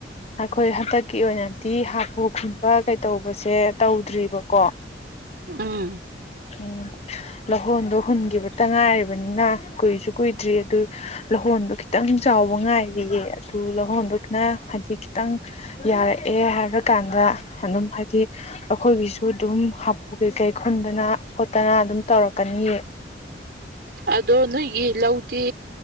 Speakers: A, on the left; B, on the right.
A: ꯑꯩꯈꯣꯏ ꯍꯟꯗꯛꯀꯤ ꯑꯣꯏꯅꯗꯤ ꯍꯥꯈꯨ ꯈꯨꯟꯕ ꯀꯩꯗꯧꯕꯁꯦ ꯇꯧꯗ꯭ꯔꯤꯕꯀꯣ
B: ꯎꯝ
A: ꯎꯝ ꯂꯧꯍꯣꯟꯗꯣ ꯍꯨꯟꯈꯤꯕꯇ ꯉꯥꯏꯔꯤ ꯕꯅꯤꯅ ꯀꯨꯏꯁꯨ ꯀꯨꯏꯗ꯭ꯔꯤ ꯑꯗꯨ ꯂ‌ꯧꯍꯣꯟꯗꯣ ꯈꯤꯇꯪ ꯆꯥꯎꯕ ꯉꯥꯏꯈꯤꯒ‌ꯦ ꯑꯗꯨ ꯂꯧꯍꯣꯟꯗꯨꯅ ꯍꯥꯏꯗꯤ ꯈꯤꯇꯪ ꯌꯥꯔꯛꯑꯦ ꯍꯥꯏꯕꯀꯥꯟꯗ ꯑꯗꯨꯝ ꯍꯥꯏꯗꯤ ꯑꯩꯈꯣꯏꯒꯤꯁꯨ ꯑꯗꯨꯝ ꯍꯥꯄꯨ ꯀꯩꯀꯩ ꯈꯨꯟꯗꯅ ꯈꯣꯠꯇꯅ ꯑꯗꯨꯝ ꯇꯧꯔꯛꯀꯅꯤꯌ‌ꯦ
B: ꯑꯗꯣ ꯅꯣꯏꯒꯤ ꯂꯧꯗꯤ